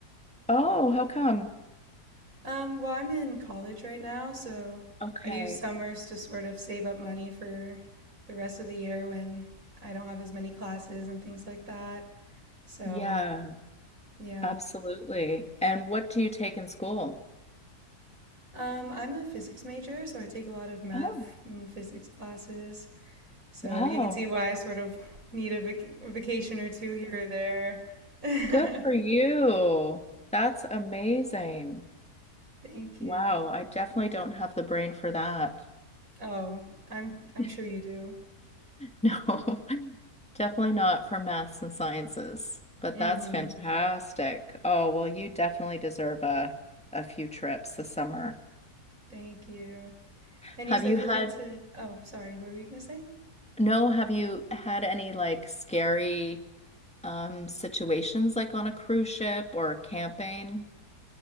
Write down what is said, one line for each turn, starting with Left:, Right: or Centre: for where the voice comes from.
Centre: Oh, how come?
Right: Um, well, I'm in college right now, so
Centre: Okay.
Right: I use summers to sort of save up money for the rest of the year when I don't have as many classes and things like that. So,
Centre: Yeah,
Right: yeah.
Centre: absolutely. And what do you take in school?
Right: Um, I'm a physics major, so I take a lot of math
Centre: Oh,
Right: and physics classes. So
Centre: wow.
Right: you can see why I sort of need a, vac- a vacation or two here or there. <laughs>
Centre: Good for you. That's amazing.
Right: Mhm. Thank you.
Centre: Wow, I definitely don't have the brain for that.
Right: Oh, I'm
Centre: <laughs>
Right: I'm sure you do.
Centre: No, <laughs> definitely not for maths and sciences, but
Right: hmm
Centre: that's fantastic. Oh, well, you definitely deserve a a few trips this summer.
Right: Thank you. And
Centre: Have
Right: you said
Centre: you
Right: you
Centre: had,
Right: like to, oh, sorry, what were you going to say?
Centre: no, have you had any like scary um situations like on a cruise ship or camping?